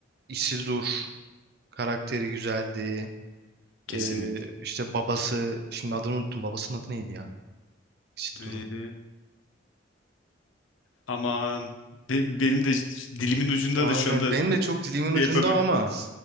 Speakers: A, on the right; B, on the left.
A: Isildur karakteri güzeldi.
B: kesinlikle.
A: Ee, işte babası, şimdi adını unuttum. Babasının adı neydi ya? Isildur'un.
B: Ee, aman be- benim de ş- dilimin ucunda
A: Aynen.
B: da şu anda
A: Benim de çok dilimin
B: şey
A: ucunda
B: yapamıyorum.
A: ama